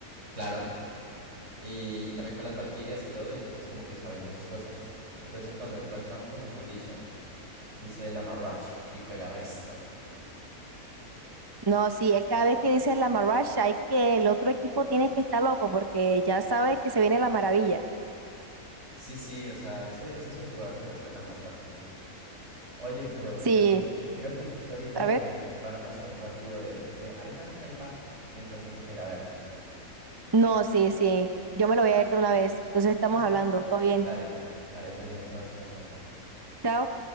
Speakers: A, on the right (about 50°); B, on the right (about 25°).
A: Claro. Y, y también con las valquirias y todo. Y entonces, como que sabe muchas cosas. Entonces, él cuando entró al campo, mejor dicho, dice la Marash y juega resto.
B: No, sí, él cada vez que dice la marrasha hay que el otro equipo tiene que estar loco porque ya sabe que se viene la maravilla.
A: Sí, sí, o sea, ese, ese es un jugador que respetan bastante. Oye, pero
B: Sí,
A: ¿qué te digo? Creo que justo ahorita
B: a ver.
A: eh, van a pasar un partido de, de Arcángel Pa y entonces toca ir a verla.
B: No, sí, sí. Yo me lo voy a ir de una vez. Entonces estamos
A: Ay,
B: hablando. Todo bien.
A: Dale, dale, todo bien, chao, chao, chao, chao.
B: Chao.